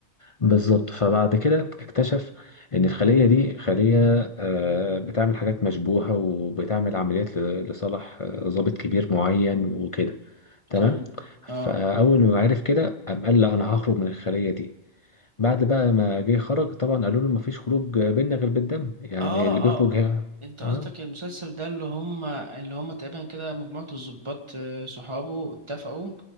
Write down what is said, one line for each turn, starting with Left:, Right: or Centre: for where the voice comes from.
Left: بالظبط فبعد كده اكتشف ان الخليه دي خليه آه بتعمل حاجات مشبوهه وبتعمل عمليات ل- لصالح آه، ضابط كبير معين وكده تمام
Right: تمام
Left: فاول
Right: اه
Left: ما عرف كده قام قال لا انا هخرج من الخليه دي بعد بقى ما جه خرج طبعا قالوا له مفيش خروج بينا غير بالدم يعني
Right: اه
Left: اللي بيخرج
Right: اه
Left: ها
Right: انت قصدك
Left: اه
Right: المسلسل ده اللي هم اللي هم تقريبا كده مجموعة الضباط آه، صحابه اتفقوا